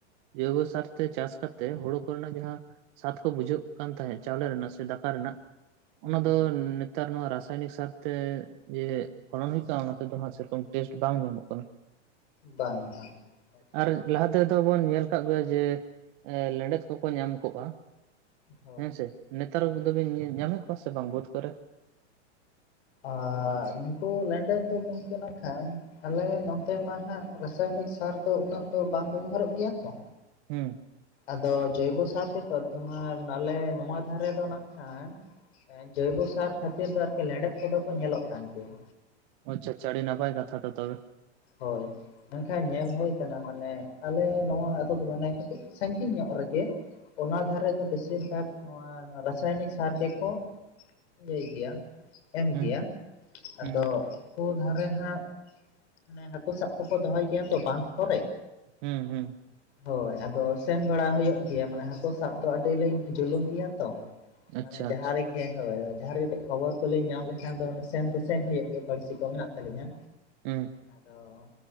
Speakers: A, on the right (about 45°); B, on the left (about 65°).
A: ᱡᱳᱭᱵᱳ ᱥᱟᱨ ᱛᱮ ᱪᱟᱥ ᱠᱟᱛᱮ ᱦᱳᱲᱳ ᱠᱚᱨᱮᱱᱟᱜ ᱡᱟᱦᱟᱸ ᱥᱟᱛ ᱠᱚ ᱵᱩᱡᱷᱟᱹᱜ ᱠᱟᱱ ᱛᱟᱦᱮᱸ ᱪᱟᱣᱞᱮ ᱨᱮᱱᱟᱜ ᱥᱮ ᱫᱟᱠᱟ ᱨᱮᱱᱟᱜ᱾
B: ᱦᱮᱸ
A: ᱚᱱᱟ ᱫᱚ
B: ᱦᱮᱸ
A: ᱱᱮᱛᱟᱨ ᱱᱚᱣᱟ ᱨᱟᱥᱟᱭᱱᱤᱠ ᱥᱟᱨᱛᱮ ᱡᱮ ᱯᱷᱚᱞᱚᱱ ᱦᱩᱭ ᱠᱟ ᱚᱱᱟ ᱛᱮᱫᱚ ᱦᱟᱸᱜ ᱥᱮᱨᱚᱠᱚᱢ ᱴᱮᱥᱴ ᱵᱟᱝ ᱧᱟᱢᱚᱜ ᱠᱟᱱᱟ᱾
B: ᱵᱟᱝ ᱵᱟᱝ᱾ ᱮᱠᱫᱚᱢ
A: ᱟᱨ ᱞᱟᱦᱟ ᱛᱮᱫᱚ ᱵᱚᱱ ᱧᱮᱞ ᱠᱟᱜ ᱜᱮᱭᱟ ᱡᱮ ᱮᱸ ᱞᱮᱸᱰᱮᱛ ᱠᱚᱠᱚ ᱧᱟᱢ ᱠᱚᱜᱼᱟ᱾
B: ᱦᱳᱭ
A: ᱦᱮᱸ ᱥᱮ ᱱᱮᱛᱟᱨ ᱠᱚᱫᱚ ᱵᱤᱱ ᱧᱟ-ᱧᱟᱢᱮᱜ ᱠᱚᱣᱟ ᱥᱮ ᱵᱟᱝ ᱵᱟᱹᱫᱽ ᱠᱚᱨᱮ?
B: ᱟᱨ ᱱᱩᱝᱠᱩ ᱞᱮᱸᱰᱮᱛ ᱫᱚ ᱜᱚᱝ ᱛᱮ ᱱᱟᱜᱠᱷᱟᱱ ᱟᱞᱮ ᱱᱚᱛᱮ ᱢᱟ ᱦᱟᱸᱜ ᱨᱟᱥᱟᱭᱚᱱᱤᱠ ᱥᱟᱨ ᱫᱚ ᱩᱱᱟᱹᱜ ᱫᱚ ᱵᱟᱝ ᱵᱮᱵᱷᱟᱨᱚᱜ ᱜᱮᱭᱟ ᱛᱚ᱾
A: ᱦᱩᱸ᱾
B: ᱟᱫᱚ ᱡᱚᱭᱵᱳ ᱥᱟᱨ ᱛᱮᱛᱚ ᱛᱚᱢᱟᱨ ᱱᱟᱞᱮ ᱱᱚᱶᱴᱣᱟ ᱫᱷᱟᱨᱮ ᱫᱚ ᱱᱟᱜ ᱠᱷᱟᱱ ᱮᱸ ᱡᱚᱭᱵᱳ ᱥᱟᱨ ᱠᱷᱟᱹᱛᱤᱨ ᱫᱚ ᱟᱨᱠᱤ ᱞᱮᱸᱰᱮᱛ ᱠᱚᱫᱚ ᱠᱚ ᱧᱮᱞᱚᱜ ᱠᱟᱱ ᱜᱮᱭᱟ᱾
A: ᱚᱪᱪᱷᱟ ᱟᱪᱪᱷᱟ ᱟᱹᱰᱤ ᱱᱟᱯᱟᱭ ᱠᱟᱛᱷᱟ ᱛᱚ ᱛᱚᱵᱮ᱾
B: ᱦᱳᱭ ᱢᱮᱱᱠᱷᱟᱱ ᱧᱮᱞ ᱦᱳᱭ ᱠᱟᱱᱟ ᱢᱟᱱᱮ ᱟᱞᱮ ᱱᱚᱣᱟ ᱟᱛᱳ ᱫᱚ ᱢᱟᱱᱮ ᱠᱟᱹᱴᱤᱡ ᱥᱟᱺᱜᱤᱧ ᱧᱚᱜ ᱨᱮᱜᱮ᱾ ᱚᱱᱟ ᱫᱷᱟᱨᱮ ᱫᱚ ᱵᱮᱥᱤᱨ ᱵᱷᱟᱠ ᱱᱚᱣᱟ ᱨᱟᱥᱟᱭᱚᱱᱤᱠ ᱥᱟᱨ ᱡᱮ ᱠᱚ ᱭᱟᱹᱭ ᱜᱮᱭᱟ ᱮᱢ
A: ᱦᱩᱸ
B: ᱜᱮᱭᱟ, ᱟᱫᱚ
A: ᱦᱩᱸ
B: ᱩᱝᱠᱩ ᱫᱷᱟᱨᱮ ᱦᱟᱸᱜ ᱚᱱᱮ ᱦᱟᱠᱳ ᱥᱟᱵ ᱠᱚᱠᱚ ᱫᱚᱦᱚᱭ ᱜᱮᱭᱟ ᱛᱚ ᱵᱟᱸᱫᱷ ᱠᱚᱨᱮ᱾
A: ᱦᱩᱸ ᱦᱩᱸ᱾
B: ᱦᱳᱭ ᱟᱫᱚ ᱥᱮᱱ ᱵᱟᱲᱟ ᱦᱩᱭᱩᱜ ᱜᱮᱭᱟ ᱢᱟᱱᱮ ᱦᱟᱠᱚ ᱥᱟᱵ ᱫᱚ ᱟᱹᱰᱤ ᱞᱤᱧ ᱡᱩᱞᱩᱢ ᱜᱮᱭᱟ ᱛᱚ᱾
A: ᱟᱪᱪᱷᱟ
B: ᱢᱟᱱᱮ ᱡᱟᱦᱟᱸ
A: ᱟᱪᱪᱷᱟ
B: ᱨᱮ ᱜᱮ ᱦᱚᱭᱚᱭᱟ ᱡᱟᱦᱟᱸ ᱨᱮ ᱠᱟᱹᱴᱤᱡ ᱠᱷᱚᱵᱚᱨ ᱠᱚᱞᱤᱧ ᱧᱟᱢ ᱞᱮᱠᱷᱟᱱ ᱫᱚ ᱥᱮᱱ ᱫᱚ ᱥᱮᱱ ᱦᱩᱭᱩᱜ ᱜᱮ ᱵᱟᱲᱥᱤ ᱠᱚ ᱢᱮᱱᱟᱜ ᱛᱟᱞᱤᱧᱟ᱾
A: ᱩᱸ᱾
B: ᱟᱫᱚ